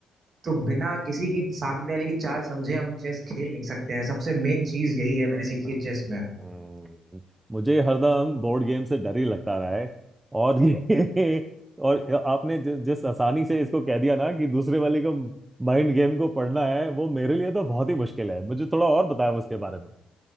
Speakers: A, on the right; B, on the right.
A: तो बिना किसी की सामने वाले की चाल समझे हम चेस खेल नहीं सकते हैं सबसे मेन चीज यही है मैंने सीखी है चेस में
B: हम्म, मुझे हरदम बोर्ड गेम से डर ही लगता रहा है और ये <laughs> और आपने जि, जिस आसानी से इसको कह दिया ना कि दूसरे वाले को माइंड गेम को पढ़ना है वो मेरे लिए तो बहुत ही मुश्किल है मुझे थोड़ा और बताया उसके बारे में